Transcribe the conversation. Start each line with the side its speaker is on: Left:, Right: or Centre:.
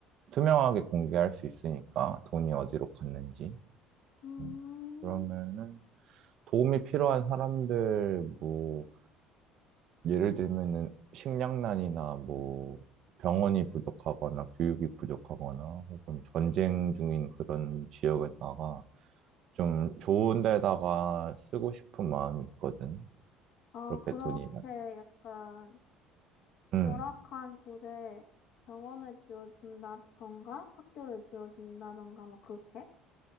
Right: 투명하게 공개할 수 있으니까 돈이 어디로 갔는지
Left: 음,
Right: 음, 그러면은 도움이 필요한 사람들 뭐 예를 들면은 식량난이나 뭐 병원이 부족하거나 교육이 부족하거나 혹은 전쟁 중인 그런 지역에다가 좀 좋은 데다가 쓰고 싶은 마음이 있거든
Left: 아,
Right: 그렇게
Left: 그렇게
Right: 돈이 많-
Left: 약간
Right: 음
Left: 열악한 곳에 병원을 지어준다던가 학교를 지어준다던가 막 그렇게?